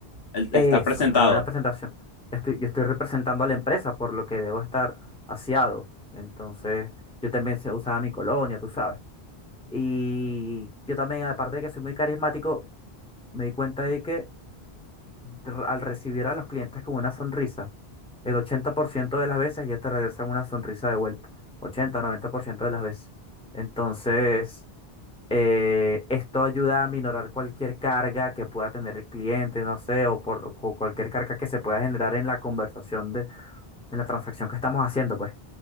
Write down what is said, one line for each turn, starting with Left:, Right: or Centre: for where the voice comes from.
Left: El
Centre: eso,
Left: estar presentado.
Centre: una buena presentación. Estoy, yo estoy representando a la empresa, por lo que debo estar aseado. Entonces, yo también se usaba mi colonia, tú sabes. Y yo también, aparte de que soy muy carismático, me di cuenta de que r- al recibir a los clientes con una sonrisa, el 80% de las veces ya te regresan una sonrisa de vuelta. ochenta noventa por ciento de las veces. Entonces, eh, esto ayuda a minorar cualquier carga que pueda tener el cliente, no sé, o por o cualquier carga que se pueda generar en la conversación de, en la transacción que estamos haciendo, pues.